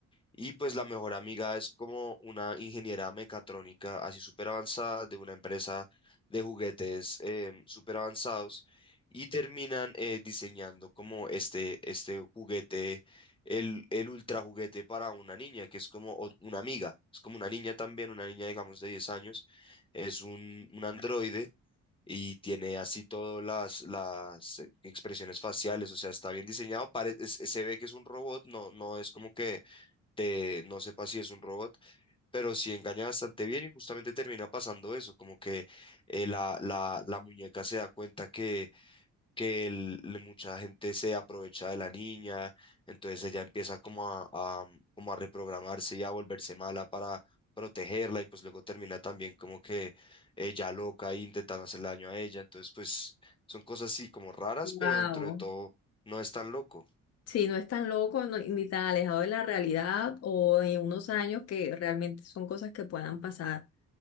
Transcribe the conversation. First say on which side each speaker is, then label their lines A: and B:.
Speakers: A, on the left (about 15°); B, on the left (about 55°).
A: y pues la mejor amiga es como una ingeniera mecatrónica así súper avanzada de una empresa de juguetes em, súper avanzados y terminan eh, diseñando como este, este juguete, el, el ultra juguete para una niña que es como o- una amiga, es como una niña también, una niña digamos de 10 años, es un, un androide. Y tiene así todas las, las eh, expresiones faciales, o sea, está bien diseñado, pare- es- se ve que es un robot, no, no es como que de no sepa si es un robot, pero sí engaña bastante bien y justamente termina pasando eso, como que eh, la, la, la muñeca se da cuenta que, que el- le- mucha gente se aprovecha de la niña, entonces ella empieza como a, a, mm, como a reprogramarse y a volverse mala para protegerla y pues luego termina también como que ella loca e intentando hacerle daño a ella, entonces pues son cosas así como raras,
B: Wow.
A: pero dentro de todo no es tan loco.
B: Sí, no es tan loco no- ni tan alejado de la realidad o de unos años que realmente son cosas que puedan pasar.